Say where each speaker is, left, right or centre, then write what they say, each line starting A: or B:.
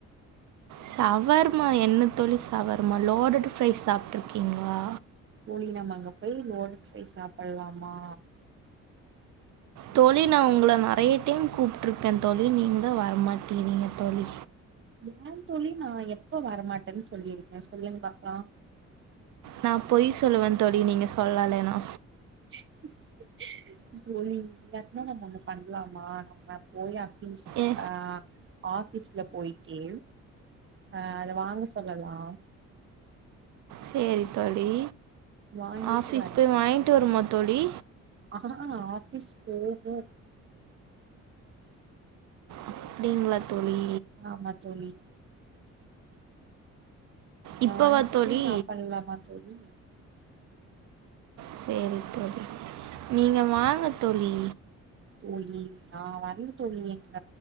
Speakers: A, on the right (about 70°); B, on the right (about 40°).
A: சவர்மா என்ன தோழி சவர்மா லோடட் ஃப்ரை சாப்ட்ருக்கீங்களா
B: தோழி நம்ம அங்க போய் லோடட் ஃப்ரை சாப்பல்லாமா
A: தோழி நா உங்கள நெறய டைம் கூப்ட்டுருக்கே தோழி நீங்க தா வரமாட்டேறீங்க தோழி
B: ஏ தோழி நா எப்ப வரமாட்டேன்னு சொல்லியிருக்கே சொல்லுங்க பாக்கலா
A: நா பொய் சொல்லுவே தோழி நீங்க சொல்லலனா
B: <inaudible> தோழி <unintelligible> நம்ம ஒண்ணு பண்ணலாமா நம்ம போயா அப்டின் சொல்ட்டு
A: ஏ
B: ஆ ஆபீஸ்ல போயிட்டு ஆ அத வாங்க சொல்லலா
A: சேரி தோழி
B: வாங்கிட்டு
A: ஆஃபீஸ் போய் வாங்கிட்டு வருமா தோழி
B: ஆ ஆஃபிஸ் போகும்
A: அப்டிங்களா தோழி
B: ஆமா தோழி நம்ம
A: இப்போவா
B: வாங்கிட்டே
A: தோழி
B: சாப்பல்லாமா தோழி
A: சேரி தோழி நீங்க வாங்க தோழி
B: தோழி நா வரல தோழி எங்க